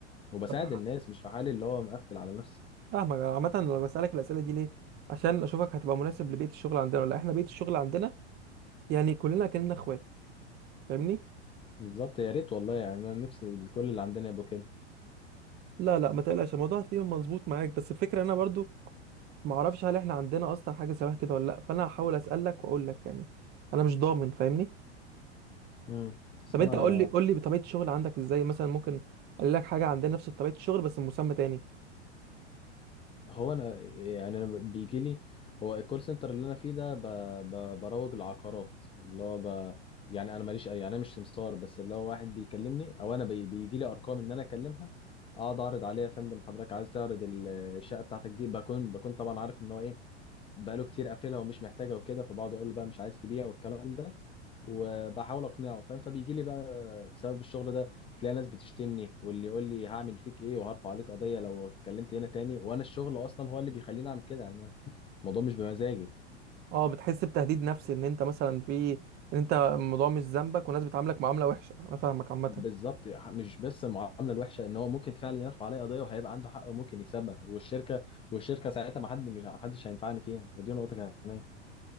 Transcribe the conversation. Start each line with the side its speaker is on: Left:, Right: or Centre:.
Left: وبساعد
Right: طب ح-
Left: الناس مش في حالي اللي هو مقفل على نفسي
Right: فاهمك عامة لو بسألك الأسئلة دي ليه عشان أشوفك هتبقى مناسب لبيئة الشغل عندنا ولا لأ. احنا بيئة الشغل عندنا يعني كلنا كأننا اخوات فاهمني
Left: بالظبط يا ريت والله يعني أنا نفسي كل اللي عندنا يبقوا كده
Right: لا لا ما تقلقش الموضوع هتلاقيه مظبوط معاك بس الفكرة انا برضو ما اعرفش هل احنا عندنا اصلا حاجة شبه كده ولا لا فانا هحاول أسألك واقول لك يعني انا مش ضامن فاهمني
Left: امم أصل
Right: طب انت
Left: أنا
Right: قول لي قول لي بطبيعه الشغل عندك ازاي مثلا ممكن اقول لك حاجه عندنا نفس طبيعه الشغل بس مسمى تاني
Left: هو انا يعني انا بيجي لي هو الكول سنتر اللي انا فيه ده ب... ب... بروج العقارات اللي هو ب... يعني انا ماليش أي- يعني انا مش سمسار بس اللي هو واحد بيكلمني او انا بي... بيجي لي ارقام ان انا اكلمها اقعد اعرض عليها يا فندم حضرتك عايز تعرض الشقه بتاعتك دي بكون بكون طبعا عارف ان هو ايه بقاله كتير قافلها ومش محتاجها وكده فبقعد اقول له بقى مش عايز تبيع والكلام ده وبحاول اقنعه فاهم فبيجي لي بقى بسبب الشغل ده تلاقي ناس بتشتمني واللي يقول لي هعمل فيك ايه وهرفع عليك قضيه لو اتكلمت هنا تاني وانا الشغل اصلا هو اللي بيخليني اعمل كده يعني أنا الموضوع مش بمزاجي
Right: اه بتحس بتهديد نفسي ان انت مثلا في ان انت الموضوع مش ذنبك والناس بتعاملك معامله وحشه انا فاهمك عامه
Left: بالظبط مش بس المعامله الوحشه ان هو ممكن فعلا يرفع عليا قضيه وهيبقى عنده حق وممكن يكسبها والشركه والشركه ساعتها ما حد مش حدش هينفعني فيها فدي نقطه كمان